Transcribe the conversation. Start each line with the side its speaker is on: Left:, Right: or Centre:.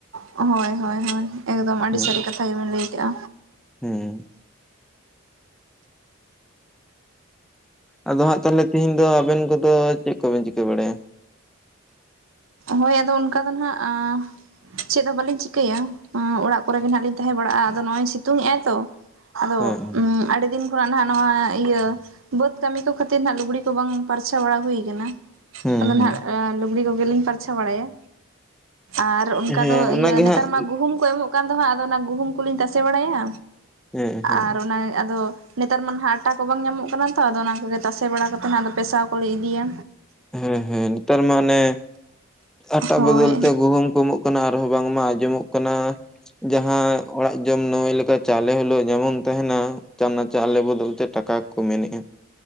Right: ᱦᱳᱭ ᱦᱳᱭ ᱦᱳᱭ ᱮᱠᱫᱚᱢ ᱟᱹᱰᱤ
Centre: ᱦᱩᱸ
Right: ᱥᱟᱹᱨᱤ ᱠᱟᱛᱷᱟ ᱜᱮᱵᱤᱱ ᱞᱟᱹᱭ ᱠᱮᱫᱼᱟ᱾
Centre: ᱦᱩᱸ᱾ ᱟᱫᱚ ᱦᱟᱸᱜ ᱛᱟᱦᱞᱮ ᱛᱤᱦᱤᱧ ᱫᱚ ᱟᱵᱮᱱ ᱠᱚ ᱫᱚ ᱪᱮᱫ ᱠᱚᱵᱤᱱ ᱪᱤᱠᱟᱹ ᱵᱟᱲᱟᱭᱟ?
Right: ᱦᱳᱭ ᱟᱫᱚ ᱚᱱᱠᱟ ᱫᱚ ᱱᱟᱦᱟᱜ ᱪᱮᱫ ᱦᱚᱸ ᱵᱟᱹᱞᱤᱧ ᱪᱤᱠᱟᱹᱭᱟ᱾ ᱚᱲᱟᱜ ᱠᱚᱨᱮᱜ ᱜᱮ ᱱᱟᱦᱟᱜ ᱞᱤᱧ ᱛᱟᱦᱮᱸ ᱵᱟᱲᱟᱜᱼᱟ ᱟᱫᱚ ᱱᱚᱜᱚᱭ ᱥᱤᱛᱩᱝ ᱮᱜᱟᱭ ᱛᱚ ᱟᱫᱚ
Centre: ᱦᱮᱸ
Right: ᱟᱹᱰᱤ ᱫᱤᱱ ᱦᱚᱨᱟᱜ ᱱᱟᱦᱟᱜ ᱱᱚᱣᱟ ᱤᱭᱟᱹ ᱵᱟᱹᱫ ᱠᱟᱹᱢᱤ ᱠᱚ ᱠᱷᱟᱹᱛᱤᱨ ᱱᱟᱦᱟᱜ ᱞᱩᱜᱽᱲᱤ ᱠᱚ ᱵᱟᱝ ᱯᱟᱨᱪᱷᱟ ᱵᱟᱲᱟ ᱦᱩᱭᱩ ᱠᱟᱱᱟ᱾
Centre: ᱦᱮᱸ
Right: ᱟᱫᱚ
Centre: ᱦᱩᱸ
Right: ᱱᱟᱦᱟᱜ
Centre: ᱦᱩᱸ
Right: ᱞᱩᱜᱽᱲᱤ ᱠᱚ ᱜᱮ ᱞᱤᱧ ᱯᱟᱨᱪᱷᱟ ᱵᱟᱲᱟᱭᱟ᱾ ᱟᱨ ᱚᱱᱠᱟ
Centre: ᱦᱮᱸ
Right: ᱫᱚ
Centre: ᱚᱱᱟᱜᱮ
Right: ᱤᱭᱟᱹ ᱱᱮᱛᱟᱨ
Centre: ᱦᱟᱸᱜ
Right: ᱢᱟ ᱜᱩᱦᱩᱢ ᱠᱚ ᱮᱢᱚᱜ ᱠᱟᱱ ᱫᱚ ᱦᱟᱸᱜ ᱟᱫᱚ ᱚᱱᱟ ᱜᱩᱦᱩᱢ ᱠᱚᱞᱤᱧ ᱛᱟᱥᱮ ᱵᱟᱲᱟᱭᱟ
Centre: ᱦᱮᱸ ᱦᱮᱸ
Right: ᱟᱨ ᱚᱱᱮ ᱟᱫᱚ, ᱱᱮᱛᱟᱨ ᱢᱟ ᱱᱟᱦᱟᱜ ᱟᱴᱟ ᱠᱚ ᱵᱟᱝ ᱧᱟᱢᱚᱜ ᱠᱟᱱᱟ ᱛᱚ ᱟᱫᱚ ᱚᱱᱟ ᱠᱚ ᱜᱮ ᱛᱟᱥᱮ ᱵᱟᱲᱟ ᱠᱟᱛᱮᱫ ᱱᱟᱜ ᱟᱫᱚ ᱯᱮᱥᱟᱣ ᱠᱚᱞᱮ ᱤᱫᱤᱭᱟ᱾
Centre: ᱦᱮᱸ ᱦᱮᱸ ᱱᱮᱛᱟᱨ ᱢᱟ ᱚᱱᱮ ᱟᱴᱟ
Right: ᱦᱳᱭ
Centre: ᱵᱚᱫᱚᱞ ᱛᱮ ᱜᱩᱦᱩᱢ ᱠᱚ ᱮᱢᱚᱜ ᱠᱟᱱᱟ ᱟᱨ ᱦᱚᱸ ᱵᱟᱝᱢᱟ ᱟᱸᱡᱚᱢᱚᱜ ᱠᱟᱱᱟ᱾ ᱡᱟᱦᱟᱸ ᱚᱲᱟᱜ ᱡᱚᱢ ᱱᱟᱹᱭ ᱞᱮᱠᱟ ᱪᱟᱣᱞᱮ ᱦᱳᱞᱳᱭ ᱧᱟᱢᱚᱱ ᱛᱟᱦᱮᱱᱟ ᱪᱟᱱᱟ ᱪᱟᱣᱞᱮ ᱵᱚᱫᱚᱞ ᱛᱮ ᱴᱟᱠᱟ ᱠᱚ, ᱠᱚ ᱢᱮᱱᱮᱜᱼᱟ᱾